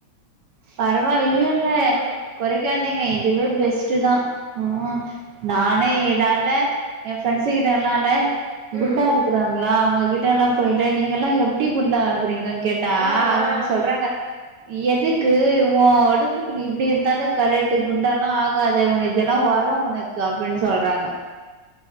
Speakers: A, on the right (about 70°); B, on the right (about 25°).
A: பரவா இல்லல்ல
B: ம்
A: கொறைக்காதீங்க இதுவே பெஸ்ட்டு தா ஆ நானே
B: அத்
A: என்னால எ ஃப்ரெண்ட்ஸ்ஸு கிட்ட எல்லால குண்டாரு
B: ம்
A: க்குறாங்ளா அவுங்ககிட்டலா போய்ட்டு நீங்கலா எப்டி குண்டாகுறீங்க கேட்டா
B: ஆ
A: அவுங்
B: ஆ
A: சொல்றாங்க எது க்கு ஒ ஒடம்புக்கு நீ இப்டி இருந்தா தா கரெக்ட்டு குண்டாலா ஆகாத ஒன இதெல்லா வரோ ஒன க்கு அப்டின் சொல்றாங்க